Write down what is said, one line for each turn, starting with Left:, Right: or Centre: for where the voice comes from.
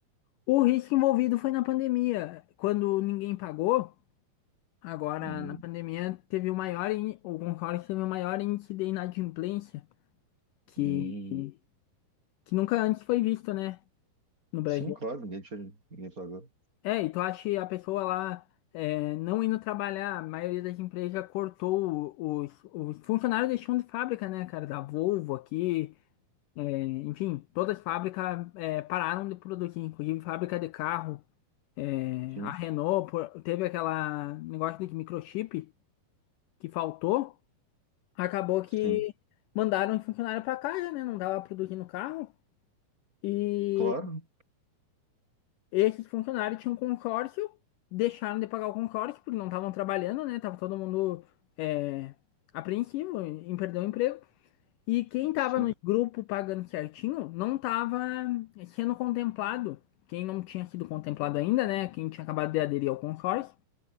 Left: O risco envolvido foi na pandemia, quando ninguém pagou. Agora,
Right: Hum,
Left: na pandemia, teve o maior, in- o Concorde teve o maior índice de inadimplência que,
Right: hum.
Left: que nunca antes foi visto, né, no Brasil.
Right: Sim, claro, ninguém, tinha, ninguém pagou.
Left: É, e tu acha que a pessoa lá é, não indo trabalhar, a maioria das empresas cortou o- os, os funcionários deixando de fábrica, né, cara, da Volvo aqui, é, enfim, todas as fábricas é, pararam de produzir, inclusive fábrica de carro, é,
Right: Sim,
Left: a Renault por- teve aquela negócio de microchip que faltou. Acabou que
Right: sim.
Left: mandaram um funcionário para casa, né? Não dava produzir no carro. E
Right: Claro,
Left: esses funcionários tinham um consórcio, deixaram de pagar o consórcio porque não estavam trabalhando, né? Tava todo mundo é, apreensivo em perder o emprego. E quem tava
Right: sim,
Left: no grupo pagando certinho não tava sendo contemplado. Quem não tinha sido contemplado ainda, né? Quem tinha acabado de aderir ao consórcio.